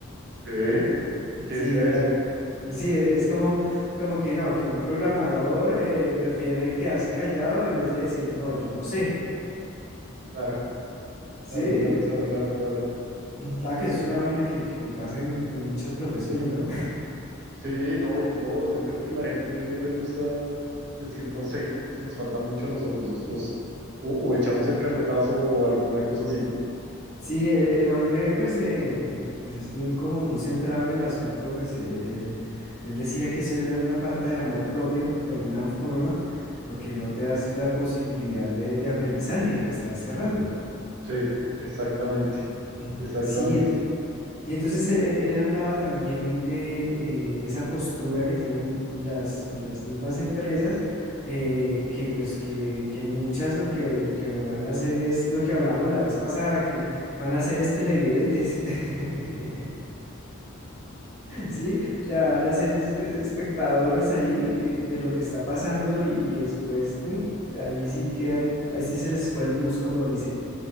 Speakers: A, on the right; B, on the left.
A: Sí. ¿Y qué
B: Sí,
A: decía de
B: era,
A: eso?
B: sí, e- es como, como que no, que un programador eh, prefiere quedarse callado en vez de decir, no, yo no sé.
A: Claro,
B: Sí,
A: claro, claro, claro, claro, claro.
B: claro que eso es una vaina que, que, que pasa en en muchas profesiones, ¿no?
A: Sí, no, en todo. Yo creo que la gente no le gusta decir no sé. Eso nos falta mucho a nosotros. Nosotros o, o echamos el carretazo o alguna cosa así.
B: Sí, e- el hombre pues, eh, pues es muy como muy centrado en el asunto, pues eh, él, él decía que eso era una falta de amor propio de alguna forma, porque no te das la posibilidad de, de aprendizaje, te estás cerrando. <clears throat>
A: Sí, exactamente. <laughs>
B: Mm,
A: Exactamente.
B: Sí, y entonces él, él- él hablaba también de, de esa postura que tienen las, las mismas empresas, eh, que pues que, que muchas lo que, lo que van a hacer es lo que hablábamos la vez pasada, que van a hacer es televidentes. <laughs> Sí, o sea, van a ser es- eh, espectadores ahí eh, de lo que está pasando y, y después mm, ahí sí quedan, ahí sí se les fue el bus, como dicen.